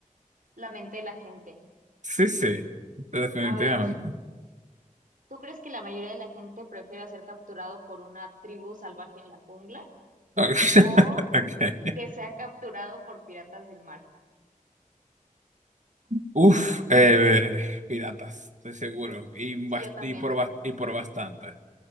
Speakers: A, on the right; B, on the right.
A: la mente de la gente.
B: Sí, sí, definitivamente.
A: A ver, ¿tú crees que la mayoría de la gente prefiere ser capturado por una tribu salvaje en la jungla
B: <laughs>
A: o
B: Ok.
A: que sea capturado por piratas del mar?
B: Uf, eh, piratas, estoy seguro. Y, bas-
A: Sí, yo también.
B: y, por, bas- y por bastante.